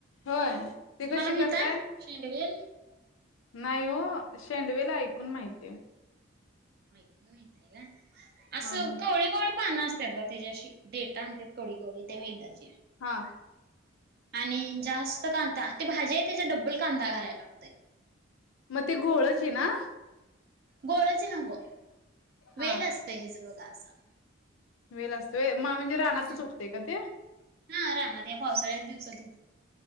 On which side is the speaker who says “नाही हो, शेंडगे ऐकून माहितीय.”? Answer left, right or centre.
Left